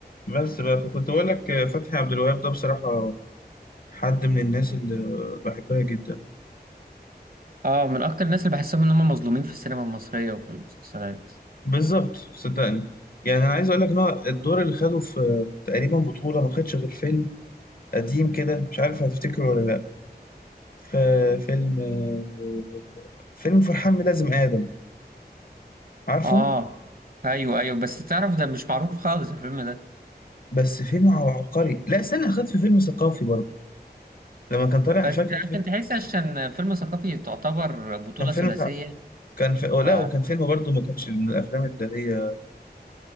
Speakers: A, on the left; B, on the right.
A: بس بقى فكنت أقول لك آه، فتحي عبد الوهاب ده بصراحة حد من الناس اللي بحبها جدا
B: اه من اكتر الناس اللي بحسهم ان هم مظلومين في السينما المصرية وفي المسلسلات
A: بالظبط صدقني يعني أنا عايز أقول لك إن هو الدور اللي خده في آه، تقريبا بطولة ما خدش غير فيلم قديم كده مش عارف هتفتكر ولا لأ ففيلم آه، فيلم فرحان ميلازم آدم عارفه
B: اه ايوه ايوه بس تعرف ده مش معروف خالص الفيلم ده
A: بس فيلم ع- عبقري لا استنى خد في فيلم ثقافي برضه لما كان طالع
B: بس
A: فاكر الفيلم
B: عشان تحس عشان فيلم ثقافي تعتبر بطولة
A: كان فيلم
B: ثلاثية
A: بتاع كان في... لا
B: ف
A: وكان فيلم برضه ما كانش من الأفلام اللي هي